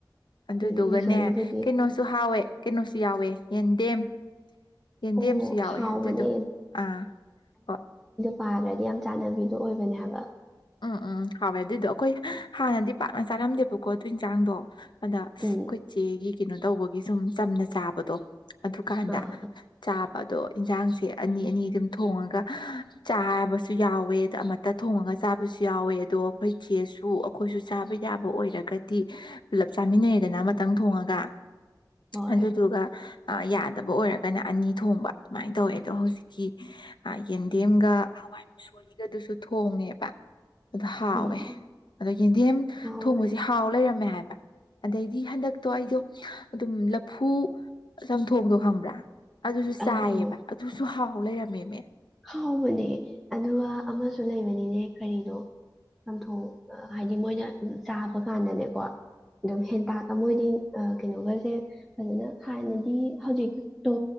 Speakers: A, on the left; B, in the centre.
A: ꯑꯗꯨꯗꯨꯒꯅꯦ
B: ꯎꯝ ꯃꯨꯁꯣꯔꯤꯕꯨꯗꯤ
A: ꯀꯩꯅꯣꯁꯨ ꯍꯥꯎꯋꯦ ꯀꯩꯅꯣꯁꯨ ꯌꯥꯎꯋꯦ ꯌꯦꯟꯗꯦꯝ ꯌꯦꯟꯗꯦꯝꯁꯨ
B: ꯑꯣ
A: ꯌꯥꯎꯋꯦ
B: ꯍꯥꯎꯕꯅꯦ
A: ꯑꯗꯨꯏꯗꯣ ꯑꯥ ꯍꯣꯏ
B: ꯄꯥꯔ꯭ꯔꯗꯤ ꯌꯥꯝ ꯆꯥꯅꯕꯤꯗꯣ ꯑꯣꯏꯕꯅꯦꯕ
A: ꯎꯝ ꯎꯝ ꯍꯥꯎꯋꯦ ꯑꯗꯨꯏꯗꯣ ꯑꯩꯈꯣꯏ ꯍꯥꯟꯅꯗꯤ ꯄꯥꯛꯅ ꯆꯥꯔꯝꯗꯦꯕꯀꯣ ꯑꯗꯨ ꯏꯟꯁꯥꯡꯗꯣ ꯑꯗ ꯑꯩꯈꯣꯏꯆꯦꯒꯤ
B: ꯎꯝ
A: ꯀꯩꯅꯣ ꯇꯧꯕꯒꯤ ꯁꯨꯝ ꯆꯝꯅ ꯆꯥꯕꯗꯣ ꯑꯗꯨꯀꯥꯟꯗ
B: ꯑꯥ
A: ꯆꯥ ꯑꯗꯣ ꯏꯟꯖꯥꯡꯁꯦ ꯑꯅꯤ ꯑꯅꯤ ꯑꯗꯨꯝ ꯊꯣꯡꯉꯒ ꯆꯥꯕꯁꯨ ꯌꯥꯎꯋꯦ ꯑꯗ ꯑꯃꯠꯇ ꯊꯣꯡꯉꯒ ꯆꯥꯕꯁꯨ ꯌꯥꯎꯋꯦ ꯑꯗꯣ ꯑꯩꯈꯣꯏ ꯆꯦꯁꯨ ꯑꯩꯈꯣꯏꯁꯨ ꯆꯥꯕ ꯌꯥꯕ ꯑꯣꯏꯔꯒꯗꯤ ꯄꯨꯂꯞ ꯆꯥꯃꯤꯟꯅꯩ ꯍꯥꯏꯗꯅ ꯑꯃꯇꯪ ꯊꯣꯡꯉꯒ
B: ꯍꯣꯏ
A: ꯑꯗꯨꯗꯨꯒ ꯌꯥꯗꯕ ꯑꯣꯏꯔꯒꯅ ꯑꯅꯤ ꯊꯣꯡꯕ ꯑꯗꯨꯃꯥꯏꯅ ꯇꯧꯋꯦ ꯑꯗꯣ ꯍꯧꯖꯤꯛꯀꯤ ꯌꯦꯟꯗꯦꯝꯒ ꯍꯋꯥꯏ ꯃꯨꯁꯣꯔꯤꯒꯗꯨꯁꯨ ꯊꯣꯡꯉꯦꯕ ꯑꯗꯨꯗ ꯍꯥꯎꯋꯦ
B: ꯎꯝ
A: ꯑꯗꯣ ꯌꯦꯟꯗꯦꯝ
B: ꯍꯥꯎꯕꯅꯦ
A: ꯊꯣꯡꯕꯕꯁꯤ ꯍꯥꯎ ꯂꯩꯔꯝꯃꯦ ꯍꯥꯏꯕ ꯑꯗꯩꯗꯤ ꯍꯟꯗꯛꯇꯣ ꯑꯩꯗꯣ ꯑꯗꯨꯝ ꯂꯐꯨ ꯆꯝꯊꯣꯡꯗꯣ ꯈꯪꯕ꯭ꯔꯥ ꯑꯗꯨꯁꯨ
B: ꯑꯧ
A: ꯆꯥꯏꯑꯕ
B: ꯑꯧ
A: ꯑꯗꯨꯁꯨ ꯍꯥꯎ ꯂꯩꯔꯝꯃꯦꯃꯦ
B: ꯍꯥꯎꯕꯅꯦ ꯑꯗꯨꯒ ꯑꯃꯁꯨ ꯂꯩꯕꯅꯤꯅꯦ ꯀꯔꯤꯅꯣ ꯆꯝꯊꯣꯡ ꯍꯥꯏꯗꯤ ꯃꯣꯏꯅ ꯆꯥꯕ ꯀꯥꯟꯗꯅꯦꯀꯣ ꯑꯗꯨꯝ ꯍꯦꯟꯇꯥꯛꯀ ꯃꯣꯏꯗꯤ ꯀꯩꯅꯣꯒꯁꯦ ꯐꯖꯅ ꯍꯥꯟꯅꯗꯤ ꯍꯧꯖꯤꯛꯇꯣ